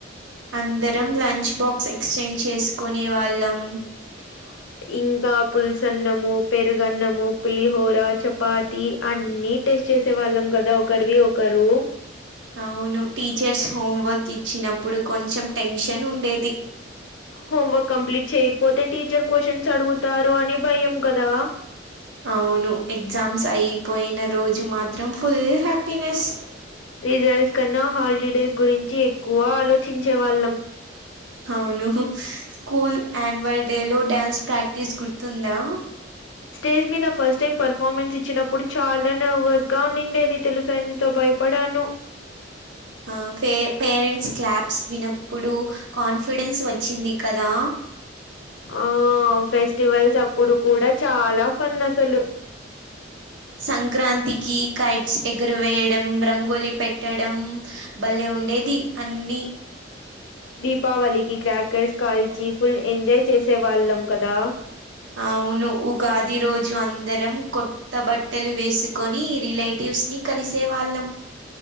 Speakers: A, on the right (about 80°); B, on the left (about 85°).
A: అందరం లంచ్ బాక్స్ ఎక్స్చేంజ్ చేసుకునే వాళ్ళం
B: <inaudible> ఇంకా పుల్సన్నము, పెరుగన్నము, పులిహోర, చపాతి అన్నీ. టెస్ట్ చేసే వాళ్ళం కదా ఒకరివి ఒకరు
A: అవును టీచర్స్ హోం వర్క్ ఇచ్చినప్పుడు కొంచెం టెన్షన్ ఉండేది
B: హోంవర్క్ కంప్లీట్ చేయకపోతే టీచర్ క్వశ్చన్స్ అడుగుతారు అని భయం కదా.
A: అవును ఎగ్జామ్స్ అయిపోయిన రోజు మాత్రం ఫుల్ హ్యాపీనెస్
B: రిజల్ట్స్ కన్నా హాలిడేస్ గురించి ఎక్కువ ఆలోచించే వాళ్ళం
A: అవును స్కూల్ ఆన్యువల్ డే లో డ్యాన్స్ ప్రాక్టీస్ గుర్తుందా
B: <inaudible> స్టేజ్ మీద ఫస్ట్ టైం పర్ఫార్మెన్స్ ఇచ్చినప్పుడు చాలా నర్వస్ ఉండినేది తెలుసా ఎంతో భయపడానో.
A: ఆ పే పేరెంట్స్ క్లాబ్స్ వినప్పుడు కాన్ఫిడెన్స్ వచ్చింది కదా
B: ఆ ఫెస్టివల్స్ అప్పుడు కూడా చాలా ఫన్ అసలు
A: సంక్రాంతికి కైట్స్ ఎగరవేయడం, రంగోలి పెట్టడం. భలేె ఉండేది అన్ని
B: దీపావళికి క్రాకర్స్ కాల్చి ఫుల్ ఎంజాయ్ చేసే వాళ్ళం కదా.
A: అవును ఉగాది రోజు అందరం కొ కొత్త బట్టలు వేసుకొని రిలేటివ్స్ ని కలిసే వాళ్ళం